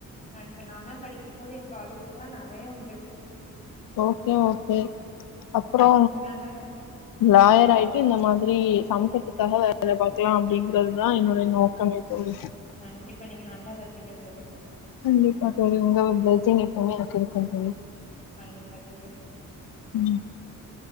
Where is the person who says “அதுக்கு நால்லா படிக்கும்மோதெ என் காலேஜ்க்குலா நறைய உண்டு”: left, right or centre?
Left